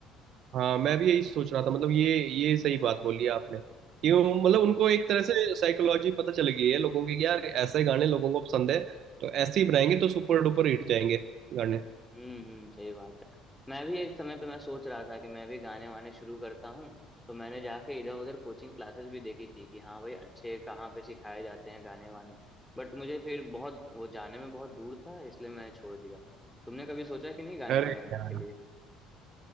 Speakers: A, on the right (about 55°); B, in the centre.
A: हाँ मैं भी यही सोच रहा था मतलब ये ये सही बात बोली आपने क्यों मतलब
B: हम्म
A: उनको एक तरह से साइकोलॉजी पता चल गई है लोगों की कि यार ऐसे गाने लोगों को पसंद है तो ऐसे ही बनाएंगे तो सुपर डुपर हिट जाएंगे गाने
B: हम्म हम्म सही बात है मैं भी एक समय पे मैं सोच रहा था कि मैं भी गाने वाने शुरू करता हूँ तो मैंने जाके इधर उधर कोचिंग क्लासेस भी देखी थी कि हाँ भाई अच्छे कहाँ पे सिखाए जाते हैं गाने वाने बट मुझे फिर बहुत वो जाने में बहुत दूर था इसलिए मैंने छोड़ दिया तुमने कभी सोचा कि नहीं गाने
A: अरे
B: वाने गाने
A: यार
B: के लिए